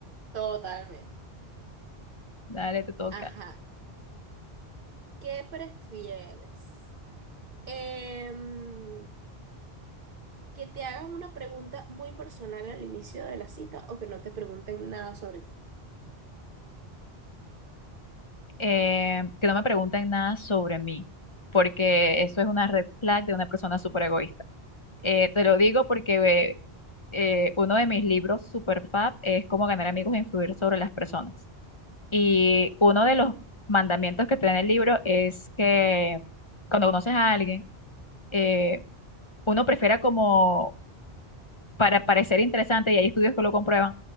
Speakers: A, on the right; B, on the left.
A: Totalmente.
B: Dale, te toca.
A: Ajá. ¿Qué prefieres? Em, ¿que te hagan una pregunta muy personal al inicio de la cita o que no te pregunten nada sobre ti?
B: Eh, que no me pregunten nada sobre mí, porque eso es una red flag de una persona súper egoísta. Eh, te lo digo porque eh, eh, uno de mis libros super fab es Cómo ganar amigos e influir sobre las personas. Y uno de los mandamientos que te da en el libro es que cuando conoces a alguien, eh, uno prefiera como, para parecer interesante, y hay estudios que lo comprueban,